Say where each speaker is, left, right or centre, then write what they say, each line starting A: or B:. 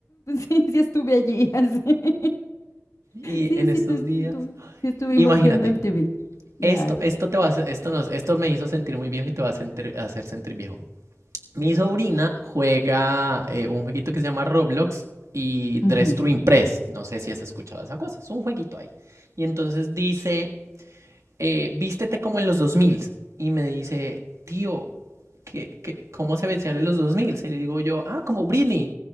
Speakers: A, on the left (about 85°); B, on the right (about 80°).
A: Sí, sí estuve allí. <laughs> así.
B: y
A: Sí,
B: en
A: sí,
B: estos
A: tu-
B: días.
A: sí, tu- sí estuvimos
B: Imagínate,
A: viendo MTV. Ya.
B: esto, esto te va a hacer- esto nos, esto me hizo sentir muy viejo y te va a sentir- a hacer sentir viejo. Mi sobrina juega eh, un jueguito que se llama Roblox y Dress
A: ujú.
B: to Impress. No sé si has escuchado esa cosa. Es un jueguito ahí. Y entonces dice, eh, vístete como en los dos mil Y me dice, tío, ¿qué, qué, cómo se vestían en los dos mil Y le digo yo, ah, como Britney.